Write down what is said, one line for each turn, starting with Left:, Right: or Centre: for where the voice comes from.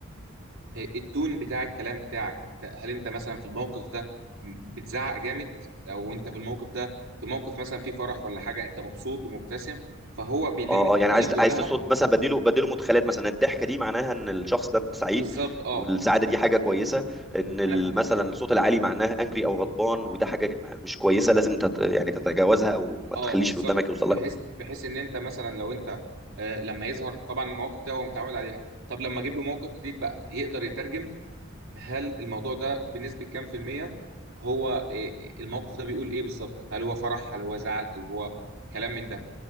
Right: التون بتاع الكلام بتاعك انت هل انت مثلا في الموقف ده بتزعق جامد او انت في الموقف ده في موقف مثلا فيه فرح ولا حاجه انت مبسوط ومبتسم فهو بيلم
Centre: اه
Right: الداتا
Centre: اه يعني عايز
Right: دي كلها
Centre: عايز تصد مثلا بديله بديله مدخلات مثلا الضحكه دي معناها ان الشخص ده سعيد
Right: بالظبط اه
Centre: والسعاده دي حاجه كويسه ان ال-
Right: انا ف-
Centre: مثلا الصوت العالي معناها انجري او غضبان وده حاجه مش كويسه لازم تت يعني تتجاوزها او ما
Right: اه
Centre: تخليش
Right: بالظبط
Centre: اللي قدامك يوصل
Right: بحيث
Centre: لها
Right: بحيث ان انت مثلا لو انت آه لما يظهر طبعا المواقف ده هو متعود عليها طب لما اجيب له موقف جديد بقى يقدر يترجم هل الموضوع ده بنسبه كام في الميه هو آه، الموقف ده بيقول ايه بالظبط هل هو فرح هل هو زعل هل هو كلام من ده